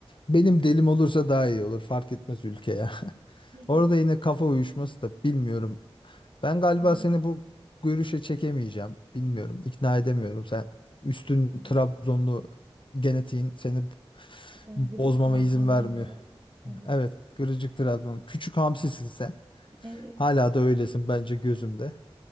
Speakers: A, on the left (about 55°); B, on the right (about 50°).
A: Benim delim olursa daha iyi olur. Fark etmez ülke ya. <laughs>
B: <laughs>
A: Orada yine kafa uyuşması da bilmiyorum. Ben galiba
B: Evet,
A: seni bu görüşe çekemeyeceğim. Bilmiyorum. İkna edemiyorum. Sen üstün
B: evet.
A: Trabzonlu genetiğin seni
B: Ben
A: bozmama
B: gıcık Trabzonlu
A: izin vermiyor.
B: olarak evet.
A: Evet. Gırıcık Trabzon. Küçük hamsisin sen.
B: Evet.
A: Hala da öylesin bence gözümde.